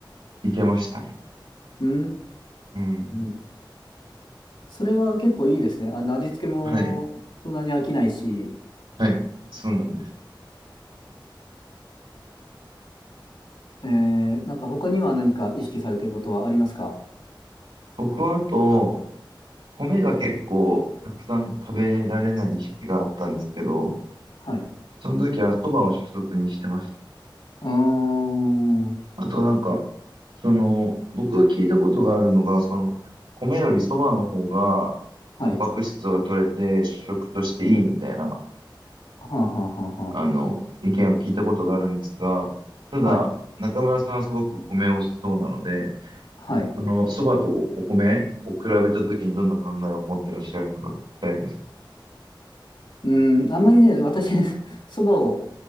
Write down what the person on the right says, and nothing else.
いけましたね。
うん。
はい。はい。そうなんです。
僕はあと、米が結構たくさん食べられない時期があったんですけど、
その時は蕎麦を主食にしてました。
あとなんか、その、僕が聞いたことがあるのが、その、米より蕎麦の方が、
タンパク質が取れて主食としていいみたいな、
あの、意見を聞いたことがあるんですが、ただ、
中村さんはすごく米をしそうなので、
その蕎麦とおお米を比べた時にどんな考えを持ってらっしゃるのか聞きたいです。